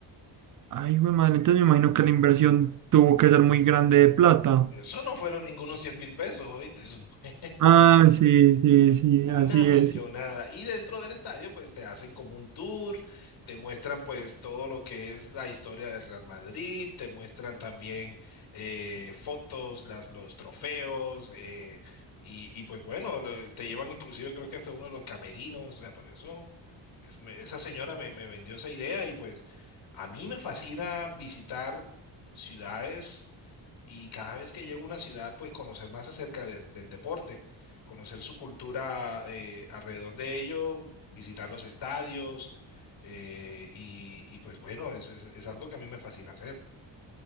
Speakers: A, on the right (about 45°); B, on the left (about 85°).
A: Ay, güey, madre, entonces me imagino que la inversión tuvo que ser muy grande de plata.
B: Eso no fueron ningunos cien mil pesos, ¿oíste? Eso fue
A: Ah, sí, sí, sí,
B: una
A: así
B: millonada.
A: es.
B: Y dentro del estadio, pues te hacen como un tour, te muestran pues todo lo que es la historia del Real Madrid, te muestran también eh, fotos, las, los trofeos, eh, y, y, pues bueno, lo- te llevan inclusive creo que hasta uno de los camerinos, o sea, por eso es- me- esa señora me, me vendió esa idea y pues a mí me fascina visitar ciudades y cada vez que llego a una ciudad, pues conocer más acerca de- del deporte, conocer su cultura eh, alrededor de ello, visitar los estadios, eh, y, y, pues bueno, es, es- es algo que a mí me fascina hacer.